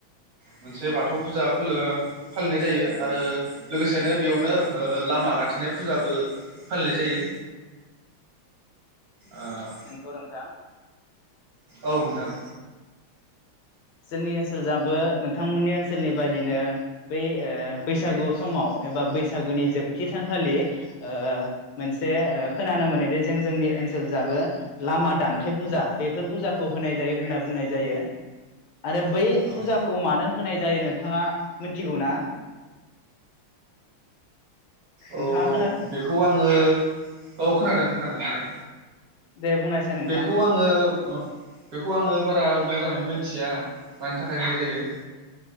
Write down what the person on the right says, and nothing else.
मोनसे बाथौ फुजा फोलो फालिनाय जायो आरो लोगोसेनो बेयावनो ओ लामा गाथेनाय फुजाबो फालिनाय जायो। ओ
औ नोंथां।
औ
औ बेखौ आङो औ खोनादों खोनादों नोंथां।
बेखौ आङो ओ बेखौ आङो बारा मोजाङै मोनथिया मानि थाखाय होनाय जायो